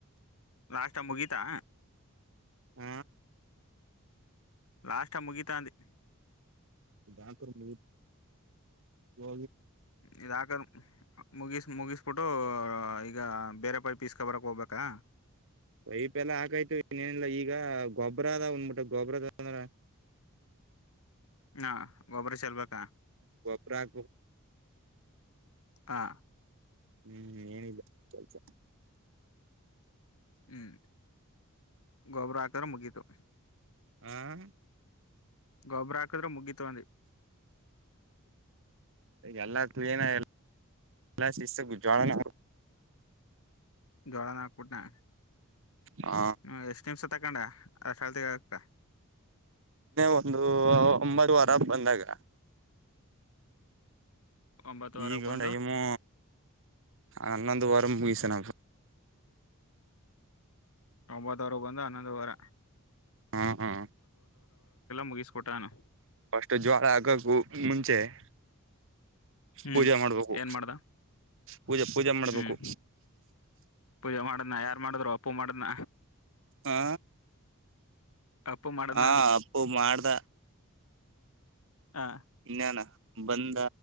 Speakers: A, on the left; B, on the right.
A: ಲಾಸ್ಟ್ ಟಮ್ ಮುಗೀಿತಾ
B: ಹ
A: ಲಾಸ್ ಮುಗಿತಾಂದಿ
B: ಇದಾಕರ ನೀ ಬ
A: ಇದುಾಕ್ರೆ ಮುಗಿಸಿ ಮುಗಿಸ್ಬಿಟ್ಟು ಈಗ ಬೇರೆ ಪೈ ಪೀಸ್ಕ ಬರಕ್ಕೆ ಹೋಗ್ಬೇಕಾ
B: ವೈಪ್ ಎಲ್ಲಾ ಹಾಕಾಯ್ತು ಇನ್ನೇನಿಲ್ಲ ಈಗ ಗೊಬ್ಬ್ರ ಅದ ಉಂದ್ಬಿಟ್ಟ ಗೊಬ್ಬ್ರ ಅದ ಅಂದ್ರ
A: ಹಾ ಗೊಬ್ಬರ ಚೆಲ್ಬೇಕು
B: ಬಪರ ಹ
A: ಹಾ
B: ಹ್ಮ್ ಏನಿಲ್ಲ ಕೆಲ್ಸ
A: ಹ್ಮ್ ಗೊಬ್ಬರಾ ತರ ಮುಗಿತು
B: ಹ್ಮ
A: ಗೊಬ್ಬ್ರ ಹಾಕದ್ರೆ ಮುಗ್ಗಿಿತಗೊಂಡಿ
B: ಎಲ್ಲ ಕ್ಲೀನ್ಲ್ಲ ಶಿಸ್ತಜ್ವಾಳ
A: ಜೋಳನ ಹಾಕ್ಬುಟನಾ
B: ಹ
A: ಹ್ಮ ಎಷ್ಟ್ ನಿಮ್ಷ ತಕೊಂಡ ಆಸಲ್ತಿಗಕ್ಕ
B: ಒಂದು ಒಂಬರುವ ವಾರ ಬಂದಾಗ
A: ಒಂಬತ್ತುವರೆಗೆ
B: ಈಗೊಂಡಗಮು
A: ಬಂದು
B: ಹನ್ನೊಂದು ವಾರ ಮುಗಸನ
A: ಒಂಬತ್ತ ವರೆ ಬಂದು ಹನ್ನೊಂದು ವಾರ
B: ಹಾ ಹಾ
A: ಮುಗಿಸ್ಬಿಟ್ಟಾನು
B: ಅಷ್ಟು ಜ್ವಳ ಆಗಕ್ಕು ಮುಂಚೆ <inaudible>
A: ಹ್ಮ್
B: ಪೂಜೆ ಮಾಡ್ಬೇಕು
A: ಏನ್ ಮಾಡ್ದ
B: ಪೂಜೆ ಪೂಜೆ ಮಾಡ್ಬೇಕು
A: ಹ್ಮ್ ಪೂಜೆ ಮಾಡದ್ನ ಯಾರ್ ಮಾಡಿದ್ರು ಅಪ್ಪು ಮಾಡ್ನ
B: ಹಾ
A: ಅಪ್ಪು ಮಾಡದ್ನ
B: ಹ
A: ಅಂದಿ
B: ಅಪ್ಪು ಮಾಡ್ದ
A: ಹ
B: ಇನ್ಾನ ಬಂದ